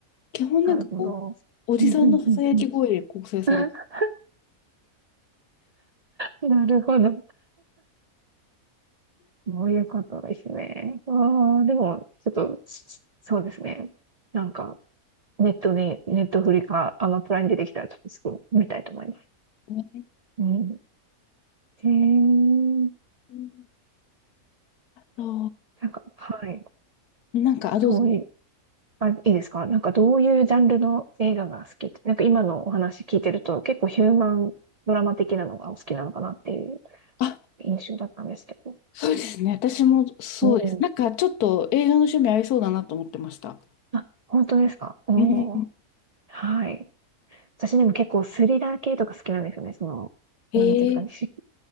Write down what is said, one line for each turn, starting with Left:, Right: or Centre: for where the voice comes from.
Left: 基本なんかこう、
Right: なるほど。
Left: おじさんのささやき声で構成されて
Right: うんうんうんうん <laughs> なるほど。そういうことですね。ああ、でも、ちょっと、そうですね。なんか、ネットに、ネットフリか、アマプラに出てきたら、ちょっとすぐ見たいと思います。
Left: るね。
Right: うん。へえ、
Left: うんそ
Right: なんか、はい。
Left: う。なんか、あ、どうぞ。
Right: どういう、あ、いいですかなんか、どういうジャンルの映画が好きって、なんか今のお話聞いてると、結構ヒューマンドラマ的なのがお好きなのかなっていう
Left: あ、
Right: 印象だったんですけど。
Left: そうですね。私もそうです。
Right: うん。
Left: なんか、ちょっと映画の趣味合いそうだなと思ってました。
Right: あ、本当ですかお
Left: うん。
Right: はい。私でも結構スリラー系とか好きなんですよね。その、
Left: へえ。
Right: なんていうんですかね。し